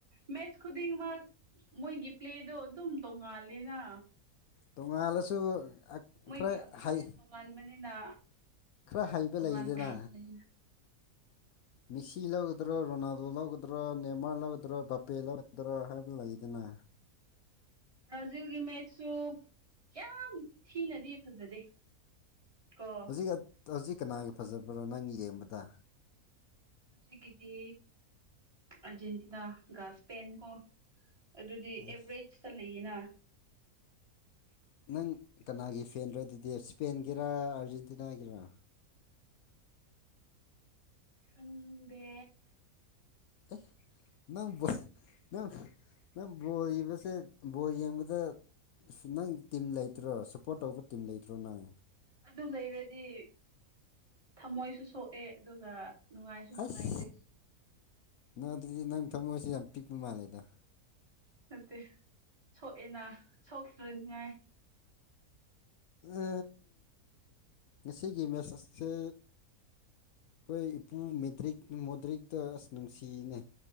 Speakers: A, on the right; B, on the left.
A: ꯃꯦꯠꯁ ꯈꯨꯗꯤꯡꯃꯛ ꯃꯣꯏꯒꯤ ꯄ꯭ꯂꯦꯗꯣ ꯑꯗꯨꯝ ꯇꯣꯡꯉꯥꯜꯂꯦꯅ꯫
B: ꯇꯣꯉꯥꯜꯂꯁꯨ ꯑꯈꯣꯏ
A: ꯃꯣꯏꯒꯤ ꯑꯄꯣꯅꯦꯟ
B: ꯍꯩ
A: ꯇꯣꯉꯥꯟꯕꯅꯤꯅ
B: ꯈꯔ ꯍꯩꯕ
A: ꯇꯣꯉꯥꯟ
B: ꯂꯩꯗꯅ
A: ꯇꯣꯉꯥꯟꯕ ꯂꯩꯅ
B: ꯃꯤꯁꯤ ꯂꯧꯒꯗ꯭ꯔꯥ ꯔꯣꯅꯥꯜꯗꯣ ꯂꯧꯒꯗ꯭ꯔꯥ ꯅꯦꯃꯥꯔ ꯂꯧꯒꯗ꯭ꯔꯥ ꯕꯄꯦ ꯂꯧꯒꯗꯔꯥ ꯍꯥꯏꯕ ꯂꯩꯗꯅ꯫
A: ꯕ꯭ꯔꯥꯖꯤꯜꯒꯤ ꯃꯦꯠꯁꯁꯨ ꯌꯥꯝ ꯊꯤꯅꯗꯤ ꯐꯖꯗꯦ꯫ ꯀꯣ
B: ꯍꯧꯖꯤꯛ ꯍꯧꯖꯤꯛ ꯀꯅꯥꯒꯤ ꯐꯖꯕ꯭ꯔꯥ ꯅꯪ ꯌꯦꯡꯕꯗ?
A: ꯍꯧꯖꯤꯛꯀꯤꯗꯤ ꯑꯔꯖꯦꯟꯇꯤꯅꯥ ꯒꯥꯁ ꯁꯄꯦꯟ ꯀꯣ ꯑꯗꯨꯗꯤ
B: ꯑꯦ
A: ꯑꯦꯕꯔꯦꯖꯇ ꯂꯩꯌꯦꯅ
B: ꯅꯪ ꯀꯅꯥꯒꯤ ꯐꯦꯟꯔꯥ ꯑꯗꯨꯗꯤ ꯁ꯭ꯄꯦꯟꯒꯤꯔꯥ ꯑꯥꯔꯖꯦꯟꯇꯤꯅꯥꯒꯤꯔꯥ?
A: ꯈꯪꯗꯦ
B: ꯑꯦ ꯅꯪ ꯕꯣ ꯅꯪ ꯅꯪ ꯕꯣꯔ ꯏꯕꯁꯦ ꯕꯣꯔ ꯌꯦꯡꯕꯗ ꯑꯁ ꯅꯪ ꯇꯤꯝ ꯂꯩꯇ꯭ꯔꯣ ꯁꯨꯞꯄꯣꯔꯠ ꯇꯧꯕ ꯇꯤꯝ ꯂꯩꯇ꯭ꯔꯣ ꯅꯪ?
A: ꯑꯗꯨꯝ ꯂꯩꯔꯗꯤ ꯊꯝꯃꯣꯏꯁꯨ ꯁꯣꯛꯑꯦ ꯑꯗꯨꯒ ꯅꯨꯡꯉꯥꯏꯁꯨ ꯅꯨꯡꯉꯥꯏꯇꯦ
B: ꯑꯁ ꯅꯪ ꯑꯗꯨꯗꯤ ꯅꯪ ꯊꯃꯣꯏꯁꯦ ꯌꯥꯝ ꯄꯤꯛꯄ ꯃꯥꯜꯂꯦꯗ
A: ꯅꯠꯇꯦ ꯁꯣꯛꯑꯦꯅ ꯁꯣꯛꯇ꯭ꯔꯨꯅꯤꯉꯥꯏ
B: ꯑ ꯉꯁꯤꯒꯤ ꯃꯦꯁꯦ ꯑꯁꯁꯦ ꯈꯣꯏ ꯏꯄꯨ ꯃꯦꯗ꯭ꯔꯤꯛ ꯃꯣꯗ꯭ꯔꯤꯛꯇ ꯑꯁ ꯅꯨꯡꯁꯤꯅꯦ